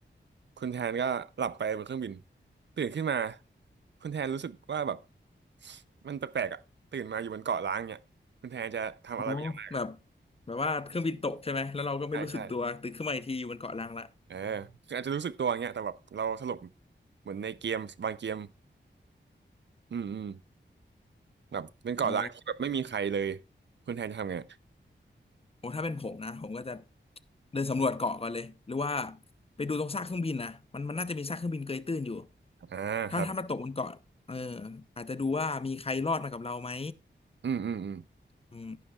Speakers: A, on the right (about 65°); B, on the left (about 30°).
A: คุณแทนก็หลับไปบนเครื่องบินตื่นขึ้นมาคุณแทนรู้สึกว่าแบบมันแปลกๆอ่ะตื่นมาอยู่บนเกาะล้างเนี่ยคุณแทนจะทำอะไรเป็นอย่างแรก
B: อ๋อแบบแบบว่าเครื่องบินตกใช่ไหมแล้วเราก็ไม่รู้สึกตัวตื่นขึ้นมาอีกทีอยู่บนเกาะล้างละ
A: ใช่ใช่ เออคืออาจจะรู้สึกตัวอย่างเงี้ยแต่แบบเราสลบเหมือนในเกมบางเกมอืมอืมแบบเป็นเกาะร้างที่แบบไม่มีใครเลย
B: อ๋อ
A: คุณแทนทำไง
B: โอ้ถ้าเป็นผมนะผมก็จะเดินสำรวจเกาะก่อนเลยหรือว่าไปดูตรงซากเครื่องบินนะมันมันน่าจะมีซากเครื่องบินเกยตื้นอยู่
A: อ่าครับ
B: ถ้าถ้ามันตกบนเกาะเอออาจจะดูว่ามีใครรอดมากับเราไหม
A: อืมอืมอืม
B: อืม